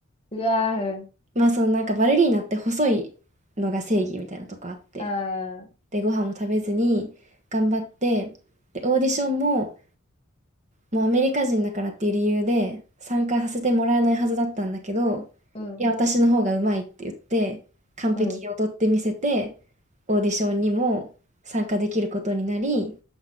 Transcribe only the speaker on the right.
まあそのなんかバレリーナって細いのが正義みたいなとこあって。
で、ご飯も食べずに頑張って、で、オーディションももうアメリカ人だからっていう理由で参加させてもらえないはずだったんだけど、
いや、私の方がうまいって言って、完璧に踊ってみせて、
オーディションにも参加できることになり、